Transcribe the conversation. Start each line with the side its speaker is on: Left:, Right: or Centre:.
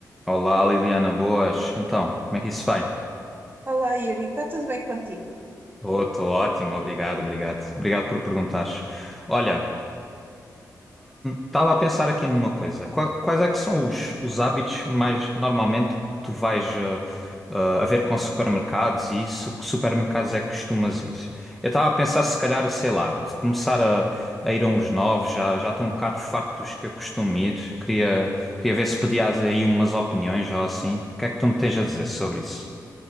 Centre: Olá, Liliana, boas. Então, como é que isso vai?
Right: Olá, Yuri, está tudo bem contigo?
Centre: Estou ótimo, obrigado, obrigado. Obrigado por perguntares. Olha, estava a pensar aqui numa coisa. Qua- Quais é que são os, os hábitos mais normalmente que tu vais ah, ah, a ver com supermercados e isso? Que supermercados é que costumas ir? Eu estava a pensar se calhar, sei lá, de começar a, a ir a uns novos, já já estou um bocado farto dos que eu costumo ir. Queria, queria ver se pedias aí umas opiniões ou assim. O que é que tu me tens a dizer sobre isso?